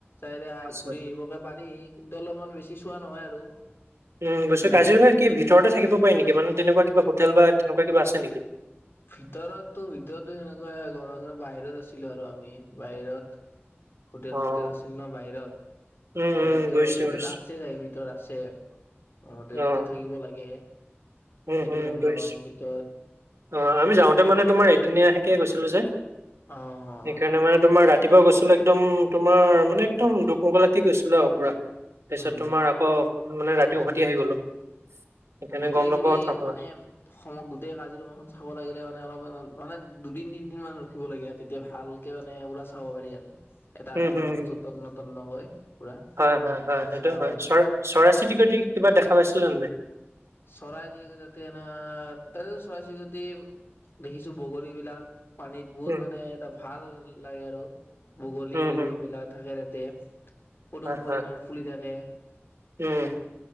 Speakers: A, on the left; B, on the right.
A: যায় ৰে
B: তাৰপিছত
A: ঘুৰি আহিব পাৰি কিন্তু অলপমান বেছি চোৱা নহয় আৰু।
B: উম, গৈছো
A: ইনাম
B: কাজিৰঙা কি ভিতৰতে থাকিব পাৰি নেকি মানে তেনেকুৱা হোটেল বা তেনেকুৱা কিবা আছে নেকি?
A: ভিতৰতো ভিতৰতো সেনেকুৱা <unintelligible> বাহিৰত আছিলো আৰু আমি বাহিৰত হোটেল
B: অ',
A: চোটেল আছিল ন বাহিৰত।
B: উম,
A: ত'
B: উম,
A: তাতো
B: বুজিছোঁ,
A: ভিতৰত
B: বুজিছোঁ,
A: আছে <unintelligible> ভিতৰত আছে আহ তে
B: অ'।
A: ভিতৰত থাকিব লাগে।
B: উম,
A: সেইটো
B: হুম,
A: গম
B: গৈছো।
A: নাপাওঁ ভিতৰত
B: অ', আমি যাওঁতে মানে তোমাৰ এদিনীয়াহেকে গৈছিলোঁ যে।
A: অ অ
B: সেইকাৰণে মানে তোমাৰ ৰা ৰাতিপুৱা গৈছিলো একদম তোমাৰ মানে একদম দুক মুক ৰাতি গৈছিলো আৰু পুৰা। তাৰপিছত
A: অ উম
B: তোমাৰ আকৌ মানে ৰাতি উভতি আহি গ'লো। সেইকাৰণে
A: গোটেই
B: গম নাপাওঁ
A: যদি
B: থকা
A: মানে অসমত গোটেই কাজিৰঙাখন চাব লাগিলে মানে অলপ মানে দুদিন তিনদিন মান ৰখিব লাগে আৰু। তেতিয়া ভালকে মানে পুৰা চাব পাৰি আৰু এটা
B: উম,
A: এটা
B: হুম,
A: বস্তু
B: হুম।
A: তন্ন তন্নকৈ। পুৰা
B: হয়, হয়, হয়, সেইটো
A: চাব
B: হয়
A: পাৰি
B: চ-চৰাই চিতি কৰি কিবা দেখা পাইছিলানে নাই?
A: চৰাই চিৰিকটি তাতে এনে তাতেটো চৰাই চিৰিকটি দেখিছো বগলীবিলাক। পানীত বহুত
B: উম,
A: মানে এটা ভাল লাগে আৰু বগলীবিলাক
B: হুম, হুম,
A: থাকে তাতে। পদুম
B: হয়,
A: ফুল
B: হয়,
A: ইমান ফুলি থাকে।
B: উম।